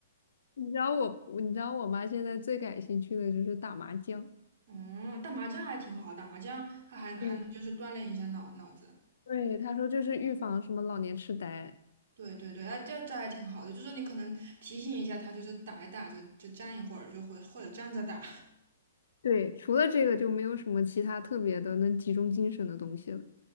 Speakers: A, on the left; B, on the right.
A: 你知道我，我你知道我妈现在最感兴趣的就是打麻将。
B: 嗯，打麻将还挺好，打麻将他还还能就是锻炼一下脑脑子。
A: 对，对，她说这是预防什么老年痴呆。
B: 对对对，它这这还挺好的，就是你可能提醒一下他，就是打一打就就站一会儿，就或或者站着打。
A: 对，除了这个就没有什么其他特别的能集中精神的东西了。